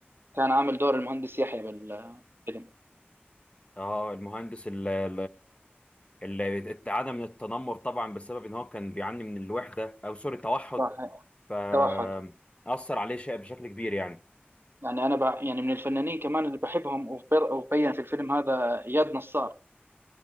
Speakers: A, on the right; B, on the left.
A: كان عامل دور المهندس يحيى بالفيلم
B: اه المهندس اللي اللي اتعدى من التنمر طبعا بسبب ان هو كان بيعاني من الوحده او سوري التوحد
A: صحيح
B: فأثر
A: توحد
B: عليه شيء بشكل كبير يعني
A: يعني انا ب... يعني من الفنانين كمان اللي بحبهم وبر... وبين في الفيلم هذا اياد نصار